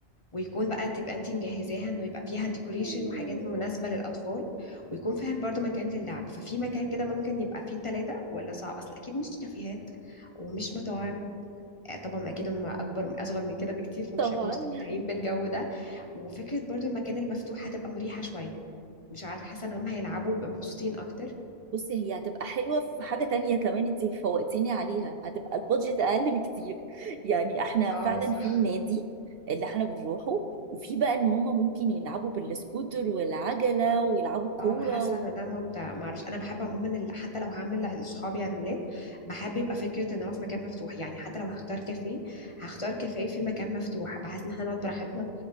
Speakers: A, on the left; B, on the right.
A: ويكون بقى تبقى انتي مجهزاها انه يبقى فيها ديكوريشن
B: <laughs>
A: وحاجات مناسبة للأطفال ويكون فاهم برضو مكان للعب ففي مكان كده ممكن يبقى فيه ثلاثة ولا صعب أصل أكيد مش كافيهات ومش مطاعم آه، طبعا أكيد هم أكبر أصغر من كده بكتير فمش
B: طبعا
A: هيبقوا مستمتعين بالجو ده وفكرة برضو المكان المفتوح هتبقى مريحة شوية مش عارفة حاسة إن هم هيلعبوا ويبقى مبسوطين أكتر
B: بصي هي هتبقى حلوة في حاجة تانية كمان انت فوقتيني عليها هتبقى البادجت أقل بكتير يعني احنا
A: اه
B: فعلا
A: صح
B: في النادي اللي احنا بنروحه وفي بقى ان هما ممكن يلعبوا بالسكوتر والعجلة ويلعبوا كورة
A: اه حاسه
B: و...
A: ان ده ممتع معرفش انا بحب عموما ال- حتى لو هعمل لاصحابي عيد ميلاد بحب يبقى فكره ان هو في مكان مفتوح يعني حتى لو هختار كافيه هختار كافيه في مكان مفتوح بحيث ان احنا نقعد براحتنا